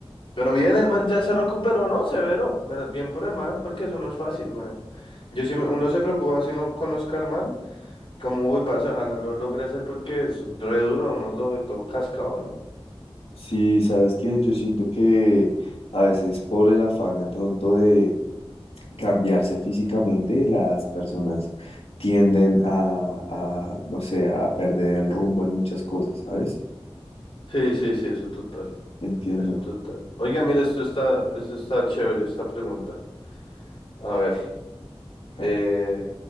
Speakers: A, on the left; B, on the left.
A: Pero bien, el man ya se recuperó, ¿no? Severo. Me- Bien por el man, porque eso no es fácil, güey. Yo sí, me- uno se preocupa si no conozca al man, como, uy, parce, ojalá lo logre hacer porque es re duro, uno lo ve todo cascado, ¿no?
B: Sí, sabes que yo siento que a veces por el afán de pronto de cambiarse físicamente, las personas tienden a, a, no sé, a perder el rumbo en muchas cosas, ¿sabes?
A: Sí, sí, sí, eso total,
B: Entiendo.
A: eso total. Oiga, mira, esto está, esto está chévere, esta pregunta. A ver, eh,
B: A ver,